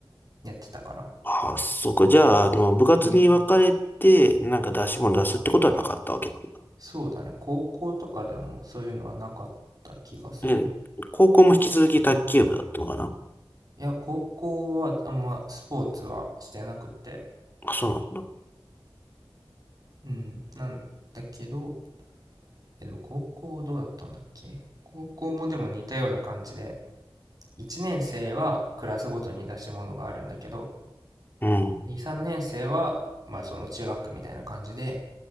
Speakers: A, on the right (about 40°); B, on the left (about 20°).
A: やってたから。
B: あ、そこ。じゃあ、あの、部活に分かれて、
A: うん。
B: なんか出し物出すってことはなかったわけなんだ。
A: そうだね。高校とかでもそういうのはなかった気がするな。
B: え、高校も引き続き卓球部だったのかな
A: いや、高校はあんまスポーツはしてなくて、
B: あ、そうなんだ。
A: うん、なんだけど、え、でも高校どうだったんだっけ高校もでも似たような感じで、1年生はクラスごとに出し物があるんだけど、
B: うん。
A: 2、3年生は、まあその中学区みたいな感じで、